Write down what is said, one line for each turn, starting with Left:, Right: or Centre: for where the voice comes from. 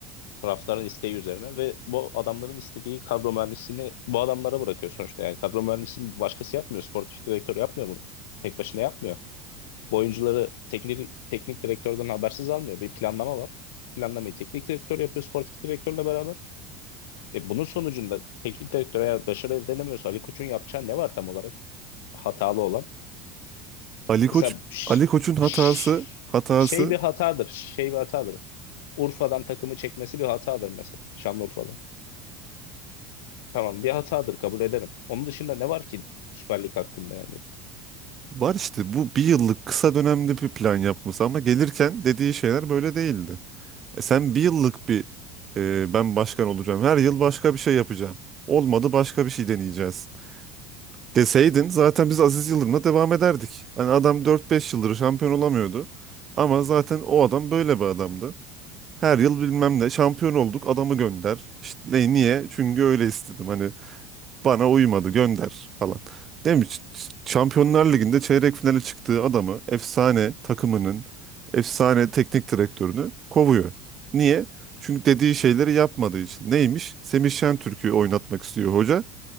Left: taraftarın isteği üzerine ve bu adamların istediği kadro mühendisliğini bu adamlara bırakıyor sonuçta. Yani kadro mühendisliğini başkası yapmıyor. Sportif direktör yapmıyor bunu. Tek başına yapmıyor. Bu oyuncuları teknik, teknik direktörden habersiz almıyor. Bir planlama var. Planlamayı teknik direktör yapıyor sportif direktörle beraber. E, bunun sonucunda teknik direktör eğer başarı elde edemiyorsa Ali Koç'un yapacağı ne var tam olarak hatalı olan?
Right: Ali Koç
Left: Mesela ş-
Right: Ali Koç'un hatası
Left: ş-
Right: hatası
Left: şey bir hatadır, şey bir hatadır. Urfa'dan takımı çekmesi bir hatadır mesela. Şanlıurfa'dan. Tamam bir hatadır kabul ederim. Onun dışında ne var ki Süper Lig hakkında yani?
Right: Var işte bu bir yıllık kısa dönemli bir plan yapması ama gelirken dediği şeyler böyle değildi. E sen bir yıllık bir e, ben başkan olacağım her yıl başka bir şey yapacağım. Olmadı başka bir şey deneyeceğiz deseydin zaten biz Aziz Yıldırım'la devam ederdik. Hani adam dört beş yıldır şampiyon olamıyordu ama zaten o adam böyle bir adamdı. Her yıl bilmem ne şampiyon olduk adamı gönder. İşte ne, niye? Çünkü öyle istedim hani bana uymadı gönder falan. Değil mi? Ş- Ş- Şampiyonlar Ligi'nde çeyrek finale çıktığı adamı efsane takımının efsane teknik direktörünü kovuyor. Niye? Çünkü dediği şeyleri yapmadığı için. Neymiş? Semih Şentürk'ü oynatmak istiyor hoca.